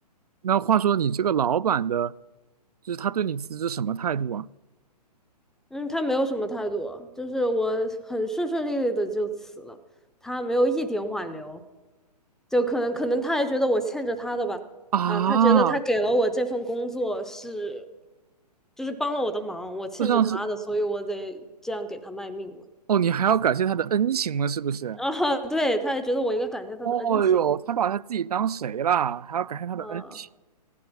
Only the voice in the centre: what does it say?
嗯，他没有什么态度啊就是我很顺顺利利的就辞了，他没有一点挽留，就可能可能他还觉得我欠着他的吧，
啊，他觉得他给了我这份工作是，就是帮了我的忙，我欠着他的，
所以我得这样给他卖命嘛。
<laughs> 啊，对，他还觉得我应该感谢他的恩情，
嗯、